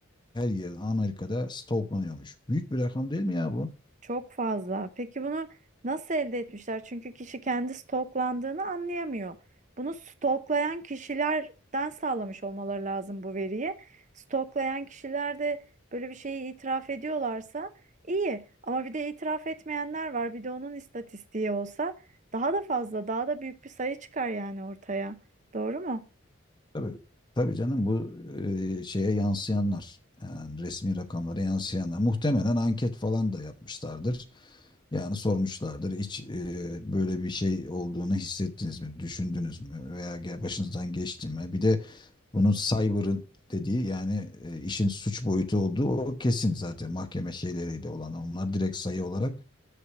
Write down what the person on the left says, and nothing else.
her yıl Amerika'da stalklanıyormuş. Büyük bir rakam değil mi ya bu?
Tabii, tabii canım bu e, şeye yansıyanlar yani resmi rakamlara yansıyanlar muhtemelen anket falan da yapmışlardır. Yani sormuşlardır hiç e, böyle bir şey olduğunu hissettiniz mi, düşündünüz mü veya gel- başınızdan geçti mi? Bir de bunun cyber'ı dediği yani e, işin suç boyutu olduğu o kesin zaten mahkeme şeyleriyle olan onlar direkt sayı olarak